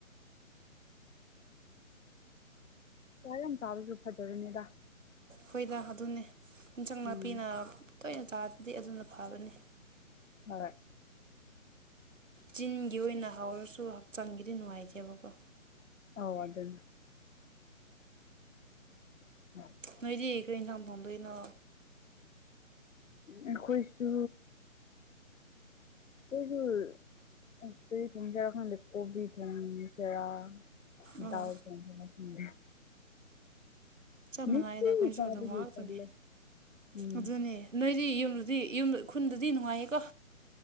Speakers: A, on the left; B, on the right.
A: ꯁꯥ ꯌꯥꯝ ꯆꯥꯕꯁꯨ ꯐꯠꯇꯕꯅꯤꯗ
B: ꯍꯣꯏꯗꯥ ꯑꯗꯨꯅꯦ ꯏꯟꯁꯥꯡ
A: ꯎꯝ
B: ꯅꯥꯄꯤꯅ ꯇꯣꯏꯅ ꯆꯥꯔꯗꯤ ꯑꯗꯨꯅ ꯐꯕꯅꯦ
A: ꯍꯣꯏ
B: ꯆꯤꯟꯒꯤ ꯑꯣꯏꯅ ꯍꯥꯎꯔꯁꯨ ꯍꯛꯆꯥꯡꯒꯤꯗꯤ ꯅꯨꯡꯉꯥꯏꯇꯦꯕꯀꯣ
A: ꯑꯧ ꯑꯗꯨꯅꯤ <unintelligible>
B: ꯅꯣꯏꯗꯤ ꯀꯔꯤ ꯏꯟꯁꯥꯡ ꯊꯣꯡꯗꯣꯏꯅꯣ
A: ꯑꯩꯈꯣꯏꯁꯨ ꯏꯍꯨꯜ ꯑꯦ ꯀꯔꯤ ꯊꯣꯡꯁꯤꯔꯥ ꯈꯪꯗꯦ ꯀꯣꯕꯤ ꯊꯣꯡꯁꯤꯔ
B: ꯑꯣ
A: ꯗꯥꯎ ꯌꯦꯡꯁꯤꯔ ꯈꯪꯗꯦ
B: ꯆꯞ
A: ꯅꯤꯇꯤꯒꯤ
B: ꯃꯥꯟꯅꯩꯗ ꯑꯩꯈꯣꯏꯁꯨ
A: ꯆꯥꯕꯒꯤ
B: ꯑꯗꯨꯝꯕ ꯉꯥꯛꯇꯅꯤ
A: ꯇꯜꯂꯦ ꯎꯝ
B: ꯑꯗꯨꯅꯦ ꯅꯣꯏꯗꯤ ꯌꯨꯝꯗꯗꯤ ꯌꯨꯝ ꯈꯨꯟꯗꯗꯤ ꯅꯨꯡꯉꯥꯏꯌꯦꯀꯣ